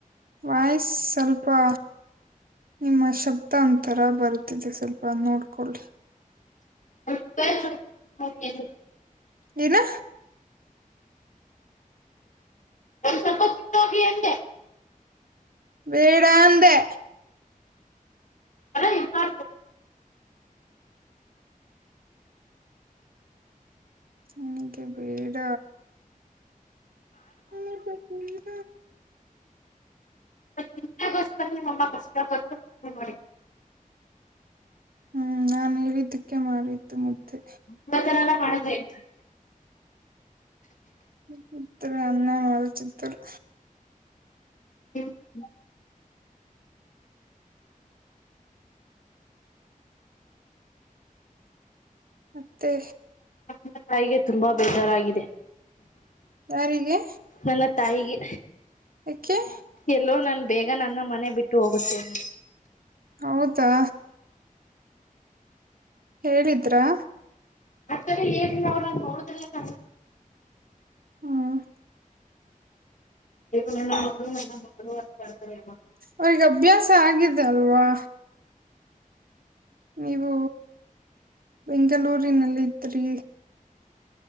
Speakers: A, on the right; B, on the left.
A: ವಾಯ್ಸ್ ಸ್ವಲ್ಪಾ ನಿಮ್ಮ ಶಬ್ದಾಂತರ ಬರುತ್ತಿದೆ ಸ್ವಲ್ಪ ನೋಡ್ಕೊಳ್ಳಿ
B: <unintelligible>
A: ಏನ
B: ಒಂದ್ ಸ್ವಲ್ಪ ಸಿಟ್ಟ ಹೋಗಿ ಹೆಂಗೆ
A: ಬೇಡ ಅಂದೆ
B: ಅ ಎಲ್ಲಾ
A: ನಿನಗೆ ಬೇಡ ಹ್ಮ <unintelligible>
B: ಮ್ಮಷ್ಟ <inaudible>
A: ಹ್ಮ್ ನಾನ್ ಹೇಳಿದ್ದಕ್ಕೆ ಮಾಡಿದ್ದು ಮುದ್ದೆ
B: ಇವತರೆಲ್ಲ ಮಾಡಿದ್ರೆ ಹೆಂಗೆ
A: ಚಿತ್ರರು ಅನ್ನ ಮಾಡ ಚಿತ್ರರು
B: ಹ <unintelligible>
A: ಮತ್ತೆ
B: ನನ್ನ ತಾಯಿಗೆ ತುಂಬಾ ಬೇಜಾರಾಗಿದೆ
A: ಯಾರಿಗೆ
B: ನನ್ನ ತಾಯಿಗೆ
A: ಯಾಕೆ
B: ಎಲ್ಲೋ ನನ್ ಬೇಗ ನನ್ನ ಮನೆ ಬಿಟ್ಟು ಹೋಗ್ುತ್ತೇನೆ
A: ಹೌದಾ ಹೇಳಿದ್ರಾ
B: ಆತರ ಏನ್ ಅವ್ರ ನೋಡುದ್ರ
A: ಹ್ಮ್
B: ನೀವು ನನ್ನ ಮಗಳು ನನ್ನ ಮಗಳು ಅಂತ ಮಾಡ್ತಾರೆ
A: ಅವ್ರಗ ಅಭ್ಯಾಸ ಆಗಿದೆ ಅಲ್ವಾ ನೀವು ಬೆಂಗಳೂರಿನಲ್ಲ ಇದ್ರಿ